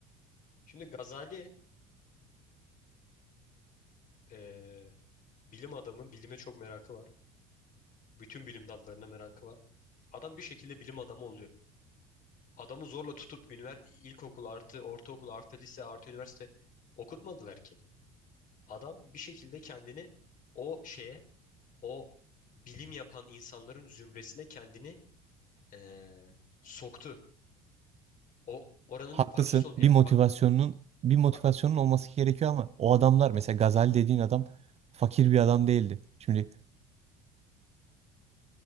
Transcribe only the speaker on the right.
Haklısın.
Bir
motivasyonun
bir motivasyonun
olması gerekiyor ama o adamlar mesela Gazali dediğin adam fakir bir adam değildi. Şimdi